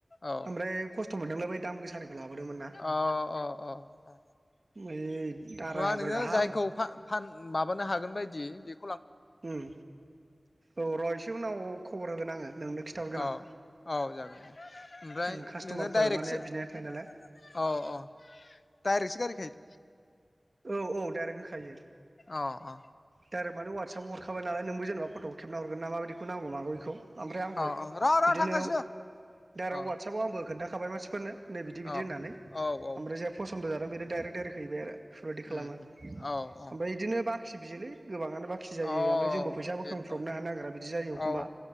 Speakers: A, on the left; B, on the right.
A: औ
B: ओमफ्राय खस्थ' मोनदोंलाय बै दाम गोसानिखौ लाबोदोंमोन ना
A: अ अ अ अ
B: <unintelligible>
A: नङा
B: हाजार
A: नोङो
B: गाहाम
A: जायखौ फा फान माबानो हागोन बायदि से
B: उम ओ र एसे उनाव खबर होगोन आङो नोंनो खिन्थाहरगोन
A: औ
B: आं
A: औ जागोन दे ओमफ्राय
B: उम कास्ट'मारफोर
A: नोङो डाइरेक्टसो
B: माने बिनाय
A: औ
B: थायो नालाय
A: औ डाइरेक्टसो गारिखायो
B: औ औ डाइरेक्ट होखायो
A: अ अ
B: डाइरेक्ट माने वाटसपाव हर खाबाय नाय नोंबो जेनेबा फट'खौे खेबना हरगोन माबायदिखौ नांगौ माबेखौ ओमफ्राय आंबो
A: अ अ र' र'
B: बिदिनो
A: थांगासिनो
B: डाइरेक्ट
A: अ
B: वाटसपाव आंबो खोन्था थाबाय मानसिफोरनो नै बिदि
A: अ
B: बिदि होननानै
A: औ औ
B: ओमफ्राय जायहा फसन्द' जादों बेनो डाइरेक्ट देरहैबाय बेफोरबायदि खालामो
A: उम
B: ओमफ्राय
A: उम औ औ
B: बिदिनो बाखि बियोलै गोबाङानो बाखि जायो
A: औ
B: ओमफ्राय जोंबो फैसाबुखांब्रबनो
A: बेनोथन
B: हानो नागिरा बिदि जायो एखमबा
A: औ